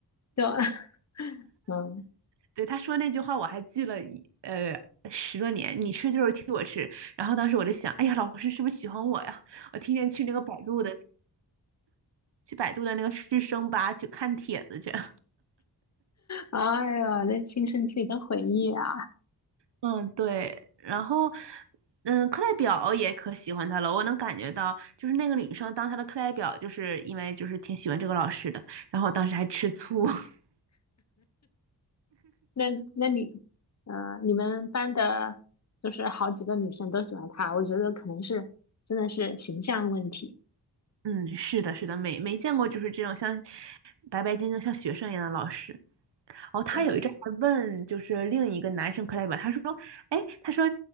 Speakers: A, on the left (about 40°); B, on the right (about 80°).
A: 就 <laughs>，嗯，
B: 对，他说那句话我还记了一，呃，十多年。你吃就是替我吃。然后当时我就想，哎呀，老师是不是喜欢我呀？我天天去那个百度的，去百度的那个师生吧去看帖子去。<laughs>
A: 哎呦，那青春期的回忆啊，
B: 嗯，对。然后，嗯，课代表也可喜欢他了。我能感觉到，就是那个女生当他的课代表，就是因为就是挺喜欢这个老师的。然后我当时还吃醋。<laughs>
A: 那那你，嗯、你们班的，就是好几个女生都喜欢他，我觉得可能是真的是形象问题，
B: 嗯，是的，是的，没没见过就是这种像白白净净像学生一样的老师。哦，他有一阵还问，
A: 对，
B: 就是另一个男生 c l e 他说，哎，他说，